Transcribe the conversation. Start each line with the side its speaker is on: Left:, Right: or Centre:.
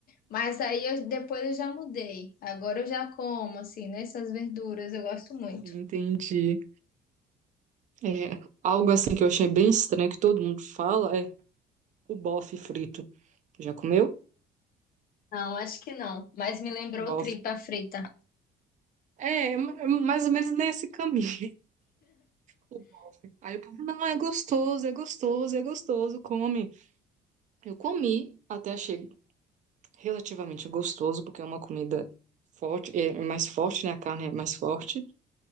Left: Mas aí eu- depois eu já mudei. Agora eu já como assim, né? Essas verduras, eu gosto muito.
Right: entendi. É, algo assim que eu achei bem estranho que todo mundo fala é o bofe frito. Já comeu?
Left: Não, acho que não. Mas me lembrou
Right: Bofe.
Left: tripa frita.
Right: É, ma- mais ou menos nesse caminho. <laughs> O bofe. Aí o povo, não, é gostoso, é gostoso, é gostoso, come. Eu comi até achei relativamente gostoso, porque é uma comida forte, é é mais forte, né? A carne é mais forte,